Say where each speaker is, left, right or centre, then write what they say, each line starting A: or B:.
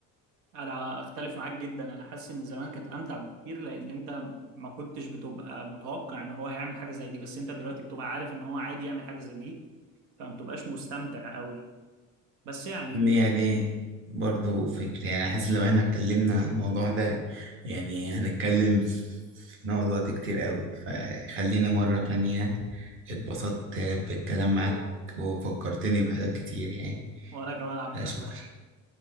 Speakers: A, on the right; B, on the right.
A: انا اختلف معاك جدا انا حاسس ان زمان كانت امتع بكتير لان انت ما كنتش بتبقى متوقع ان هو هيعمل حاجة زي دي بس انت دلوقتي بتبقى عارف ان هو عادي يعمل حاجة زي دي فما بتبقاش مستمتع قوي بس يعني
B: يعني برضه فكرة يعني حاسس لو احنا اتكلمنا عن الموضوع ده يعني هنتكلم في نقعد وقت كتير قوي فخلينا مرة تانية اتبسطت بالكلام معاك وفكرتني بحاجات كتير يعني
A: وانا كمان عبد
B: فشكرا
A: الرحمن